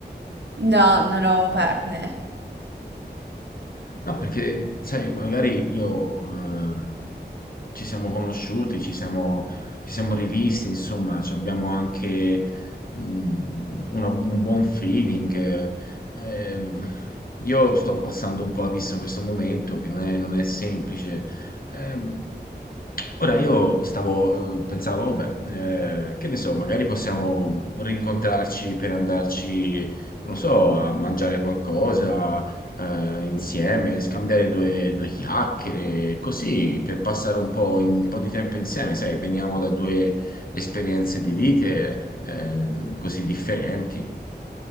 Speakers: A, on the right; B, on the left.
A: No, non ho un partner.
B: No, perché, sai, magari io eh, ci siamo conosciuti, ci siamo, ci siamo rivisti, insomma, ci abbiamo anche mm, una- un buon feeling. eh. Ehm, io sto passando un po' a vista questo momento che non è, non è semplice. Ehm, Ora io stavo, eh, pensavo, vabbè, eh, che ne so, magari possiamo rincontrarci per andarci, non so, a mangiare qualcosa, eh, insieme, scambiare due, due chiacchiere, così per passare un po', in- un po' di tempo insieme, sai, veniamo da due esperienze di vite, ehm, così differenti.